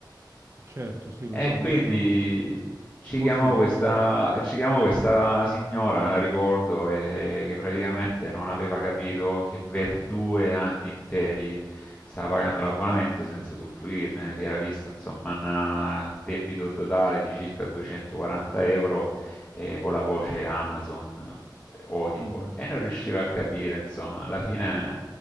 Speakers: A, on the right; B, on the left.
A: certo, sì, lo
B: E
A: so,
B: quindi
A: molti sono così,
B: ci
A: molti
B: chiamò
A: chiamano...
B: questa, ci chiamò questa signora, me la ricordo, e- che praticamente non aveva capito che per due anni interi stava pagando l'abbonamento senza usufruirne. Si era visto insomma un debito totale di circa 240 euro eh, con la voce Amazon eh, Audible
A: mhm.
B: e non riusciva a capire, insomma, alla fine